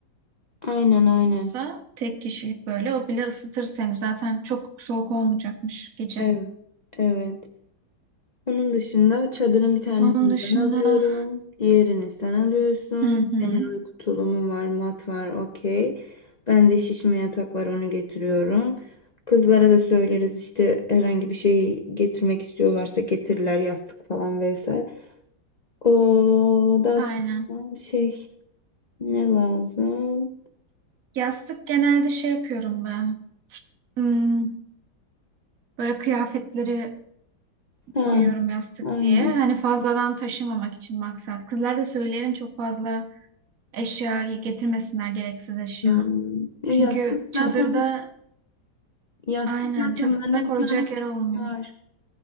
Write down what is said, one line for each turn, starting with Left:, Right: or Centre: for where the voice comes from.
Left: Aynen aynen.
Right: olsa tek kişilik böyle o bile ısıtır seni. Zaten çok soğuk olmayacakmış gece.
Left: Evet. Evet. Onun dışında çadırın bir tanesini
Right: Onun dışında
Left: ben alıyorum. Diğerini sen alıyorsun.
Right: hı hı.
Left: Senin uyku tulumun var, mat var, okey. Ben de şişme yatak var, onu getiriyorum. Kızlara da söyleriz işte herhangi bir şey getirmek istiyorlarsa getirirler yastık falan vesaire. O daha
Right: Aynen.
Left: sonra şey ne lazım?
Right: Yastık genelde şey yapıyorum ben. Hmm. Böyle kıyafetleri
Left: Ha,
Right: koyuyorum yastık
Left: aynen.
Right: diye. Hani fazladan taşımamak için maksat. Kızlar da söylerim çok fazla eşyayı getirmesinler gereksiz eşya.
Left: Hmm. Ya
Right: Çünkü
Left: yastık zaten
Right: çadırda
Left: yastık
Right: aynen
Left: zaten
Right: çadırda
Left: bende
Right: koyacak
Left: bir tane küçük
Right: yer olmuyor.
Left: var.